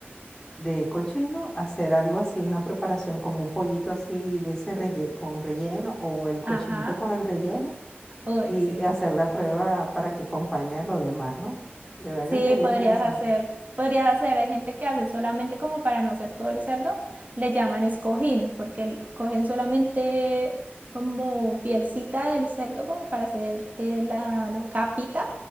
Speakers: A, on the left; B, on the right.
A: de cochino, hacer algo así, una preparación como un pollito así de ese relle- con relleno o el cochinito
B: ajá.
A: con el relleno
B: Uy,
A: y
B: sí.
A: hacer la prueba para que acompañe a lo demás, ¿no? De verdad
B: Sí,
A: que sería
B: podrías
A: interesante.
B: hacer, podrías hacer, hay gente que hace solamente como para no hacer todo el cerdo, le llaman escojín, porque el- cogen solamente como pielcita del cerdo como para hacer eh, la, la capita